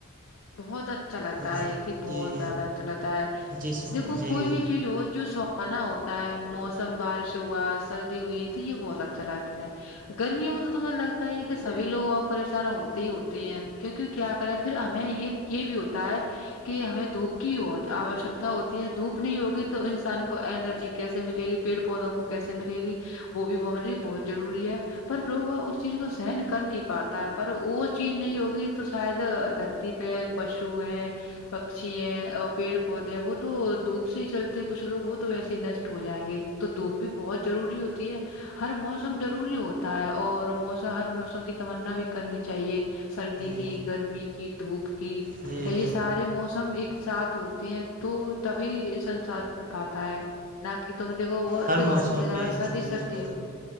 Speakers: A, on the left (about 75°); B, on the right (about 40°).
A: بہت اچھا لگتا
B: جی
A: ہے یہ کہ بہت
B: جی
A: زیادہ اچھا لگتا ہے
B: جس
A: دیکھو
B: جی
A: کوئی بھی چیز ہو جو سہانا ہوتا ہے موسم بارش ہوا سردی ہوئی تو یہ بہت اچھا لگتا ہے گرمیوں میں تو تمہیں لگتا ہے کہ سبھی لوگ وہ پریشان ہوتے ہی ہوتے ہیں کیونک کیا کرے پھر ہمیں یہ یہ بھی ہوتا ہے کہ ہمیں دھوپ کی آوشکتا ہوتی ہے دھوپ نہیں ہوگی تو انسان کو الرجی کیسے ملے گی پیڑ پودوں کو کیسے ملے گی وہ بھی ہمارے لیے بہت ضروری ہے پر لوگ وہ اس چیز کو سہن کر نہیں پاتا ہے پر وہ چیز نہیں ہوگی تو شاید د تی پہ پشو ہے پکشی ہیں اور پیڑ پودے ہیں وہ تو دھوپ سے ہی چلتے ہیں کچھ لوگ وہ تو ویسے ہی نشٹ ہو جائیں گے تو دھوپ بھی بہت ضروری ہوتی ہے ہر موسم ضروری ہوتا ہے اور موسم ہر موسم کی تمنا بھی کرنی چاہیے سردی
B: جی
A: کی گرمی کی دھوپ کی
B: جی
A: یہ سارے موسم ایک ساتھ ہوتے ہیں تو تبھی سسار چ پاتا ہے نہ کہ تم کو وہ
B: ہر
A: تو گھر
B: موسم
A: سے جیادہ
B: جی
A: سردی
B: درست
A: سردی ہو